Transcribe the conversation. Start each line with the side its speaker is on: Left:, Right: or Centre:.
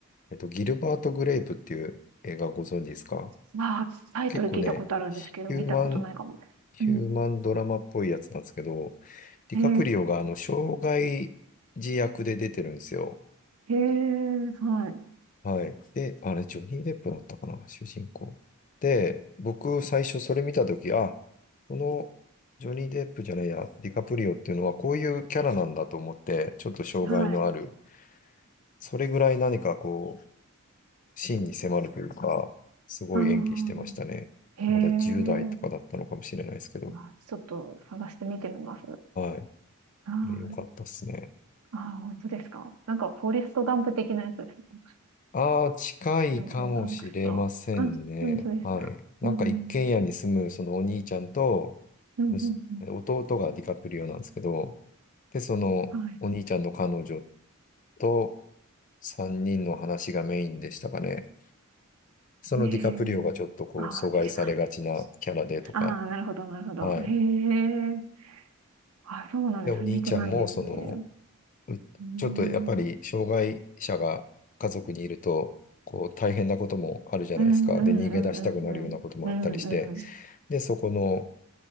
Left: えっと、ギルバート・グレイプっていう映画ご存知ですか
Right: まあ、タイトル聞いたことあるんですけど、
Left: 結構ね、ヒューマン
Right: 見たことないかも。
Left: ヒューマンドラマっぽいやつなんですけど、
Right: うん。
Left: ディカプリオがあの、
Right: へえ、
Left: 障害児役で出てるんですよ。
Right: へえ、は
Left: はい。で、あれ、ジョニー・デップだったかな、主人公。で、僕、最初それ見たとき、あ、このジョニー・デップじゃないや、ディカプリオっていうのはこういうキャラなんだと思って、ちょっと障害のある、
Right: い、はい。
Left: それぐらい何かこう、芯に迫るというか、すごい演技してましたね。
Right: ああ、へえ。
Left: まだ10代とかだったのかもしれないですけど、
Right: まあ、ちょっと探してみてみます。
Left: はい。こ
Right: はい。
Left: れ良かったっすね。
Right: ああ、本当ですか。なんか、フォレストガンプ的なやつですね。
Left: ああ、近いかもしれませんね。
Right: なんかトムハンクスと。あ、本当ですか。
Left: はい。なんか一軒家に住むそのお兄ちゃんと、
Right: うん。うん、
Left: むす弟がディカプリオなんですけど、
Right: うん、うん。
Left: で、そのお兄ちゃんの彼女
Right: はい。
Left: と3人の話がメインでしたかね。そのディカプリオがちょっとこう阻害されがちなキャラでとか、
Right: ええ。ああ、見てないです。ああ、なるほど、なるほど。
Left: はい。
Right: へえ。あ、そうなんですね。
Left: で、お兄ちゃんもその、
Right: 見てないですね。
Left: うちょっとやっぱり障害者が家族にいると、
Right: うん。
Left: こう大変なこともあるじゃないですか。
Right: うん、うん、
Left: で、逃げ出したくなるようなこともあったりして、
Right: うん、うん、うん。うん、うん。
Left: で、そこの、